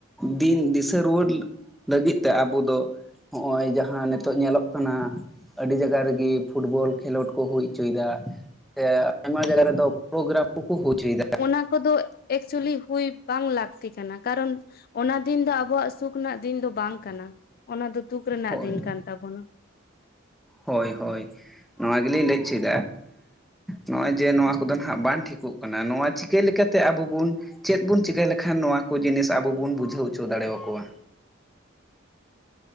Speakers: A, in the centre; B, on the left.
A: ᱫᱤᱱ ᱫᱤᱥᱟᱹ ᱨᱩᱣᱟᱹᱲ ᱞᱟᱹᱜᱤᱫ ᱛᱮ ᱟᱵᱚ ᱫᱚ ᱦᱸᱚᱜ-ᱚᱭ ᱡᱟᱦᱟᱸ ᱱᱤᱛᱚᱜ ᱧᱮᱞᱚᱜ ᱠᱟᱱᱟ ᱟᱹᱰᱤ ᱡᱟᱭᱜᱟ ᱡᱟᱭᱜᱟ ᱨᱮᱜᱮ ᱯᱷᱩᱴᱵᱚᱞ ᱠᱷᱮᱞᱳᱰ ᱠᱚ ᱦᱩᱭ ᱦᱚᱪᱚᱭᱮᱫᱟ ᱥᱮ ᱟᱭᱢᱟ ᱡᱟᱭᱜᱟ ᱨᱮᱫᱚ ᱯᱨᱳᱜᱨᱟᱢ ᱠᱚᱠᱚ ᱦᱳᱭ ᱦᱚᱪᱚᱭ ᱫᱟ
B: ᱚᱱᱟ ᱠᱚᱫᱚ ᱮᱠᱪᱩᱭᱮᱞᱤ ᱦᱩᱭ ᱵᱟᱝ ᱞᱟᱹᱠᱛᱤ ᱠᱟᱱᱟ, ᱠᱟᱨᱚᱱ ᱚᱱᱟ ᱫᱤᱱ ᱫᱚ ᱟᱵᱚᱣᱟᱜ ᱥᱩᱠ ᱥᱩᱠ ᱨᱮᱱᱟᱜ ᱫᱤᱱ ᱫᱚ ᱵᱟᱝ ᱠᱟᱱᱟ, ᱚᱱᱟ ᱫᱚ ᱫᱩᱠ ᱨᱮᱱᱟᱜ
A: ᱦᱳᱭ
B: ᱫᱤᱱ ᱠᱟᱱ ᱛᱟᱵᱚᱱᱟ᱾
A: ᱦᱳᱭ ᱦᱳᱭ ᱱᱚᱣᱟ ᱜᱮᱞᱤᱧ ᱞᱟᱹᱭ ᱚᱪᱚᱭ ᱱᱚᱜᱼᱚᱭ ᱡᱮ ᱱᱚᱣᱟ ᱠᱚᱫᱚ ᱱᱟᱦᱟᱜ ᱵᱟᱝ ᱴᱷᱤᱠᱚᱜ ᱠᱟᱱᱟ ᱠᱟᱱᱟ ᱱᱚᱣᱟ ᱪᱤᱠᱟᱹ ᱞᱮᱠᱟᱛᱮ ᱟᱵᱚ ᱵᱚᱱ ᱪᱮᱫ ᱵᱚᱱ ᱪᱤᱠᱟᱹ ᱞᱮᱠᱷᱟᱱ ᱱᱚᱣᱟ ᱠᱚ ᱡᱤᱱᱤᱥ ᱟᱵᱚ ᱵᱚᱱ ᱵᱩᱡᱷᱟᱹᱣ ᱦᱚᱪᱚ ᱫᱟᱲᱮᱭᱟ ᱠᱚᱣᱟ